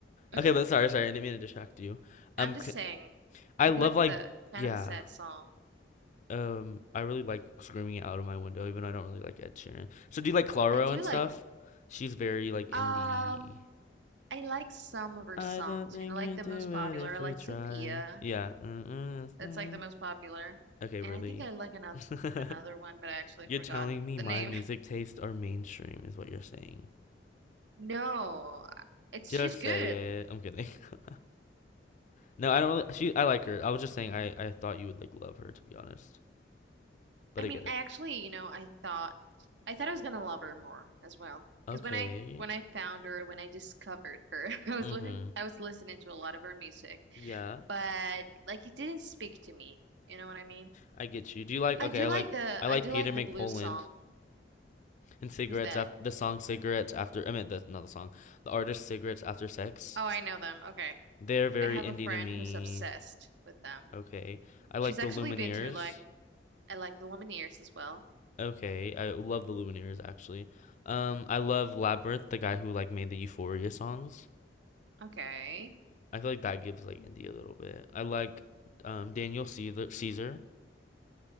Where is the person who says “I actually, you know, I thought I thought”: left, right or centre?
Right